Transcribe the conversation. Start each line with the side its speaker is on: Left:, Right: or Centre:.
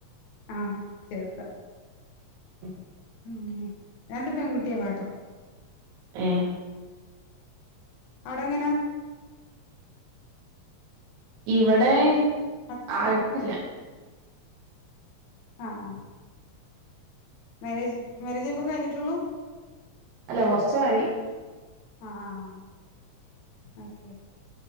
Left: ആ ഹ ചേർത്ത
Right: <inaudible>
Left: മ്മ് രണ്ട് പെൺകുട്ടികളാ ട്ടോ
Right: ഏ
Left: അവിടെ ഇങ്ങനയാ
Right: ഇവിടെ-
Left: ആഹ്
Right: ആയിട്ടില്ല
Left: അഹ് ആഹ് മരേജ് മരേജിപ്പോ- ഇപ്പ കഴിഞ്ഞിട്ടുള്ളു
Right: അല്ല കൊറച്ചായി
Left: അഹ്ആഹ് ഓക്കെ